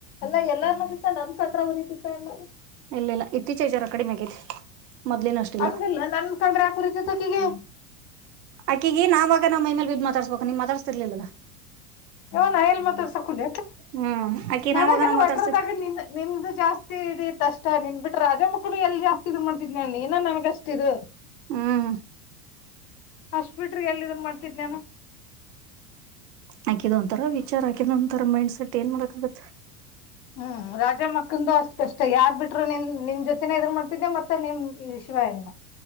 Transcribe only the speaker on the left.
ಎಲ್ಲ ಎಲ್ಲಾರ್ ನಡತ ನನ್ ಕಡ್ರ ಅವ್ರ ರೀತಿತ್ತ ಎಲ್ಲ
ಹಂಗಲ್ಲ ನನ್ ಕ್ರೆ ಯ ಕುುರಿದ ತ ಕಿಗೆ
ಇನ ಎಲ್ ಮಾತ್ರವ ಸಕುಲ್
ನನಗ
ವಟ್ರದಾಗ
ನಿ ನಿದ ಜಾಸ್ತಿ ಇ ಅಷ್ಟ ನಿನ್ ಬಿಟ್ಟ ರಾಜ ಮಕ್ಕಳು ಎಲ್ಲಿ ಜಾಸ್ತಿ ಇದ್ ಮಾಡ್ತಿದ್ ನಣಿ ಇಏ ನನ್ಗ ಅಷ್ಟ ಇದು
ಅಷ್ಟ ಬಿಿಟ್ರಿ ಎಲ್ ಇದನ್ ಮಾಡ್ತಿದ್ ನಾನು
ಹ್ಮ್ ರಾಜಮ್ಮಕ್ಕಂದು ಅಷ್ಟ್ ಕಷ್ಟ ಯಾರ್ ಬಿಟರು ನಿನ್ ನಿಮ ಜೊತೆನ ಇದ್ ಮಾಡ್ತಿದ್ದೆ ಮತ್ತೆ ನಿಮ್ ಶಿವಾಯ ನಮ್